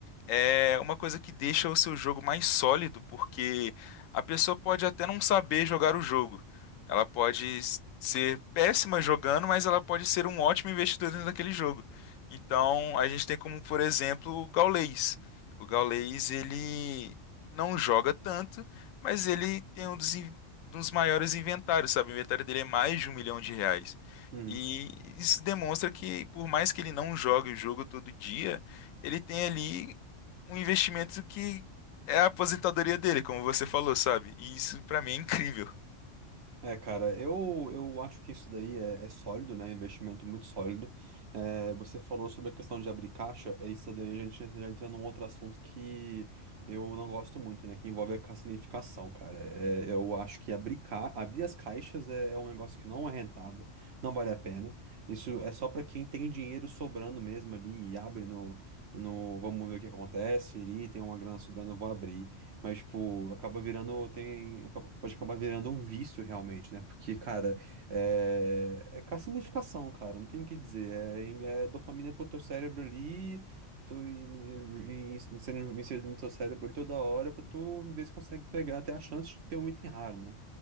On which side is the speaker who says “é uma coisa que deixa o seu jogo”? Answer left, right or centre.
Left